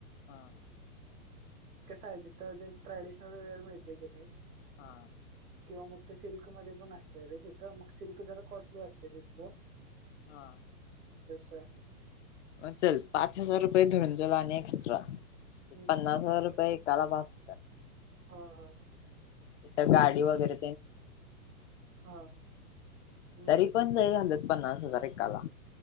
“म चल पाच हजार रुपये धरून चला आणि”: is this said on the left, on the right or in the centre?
Left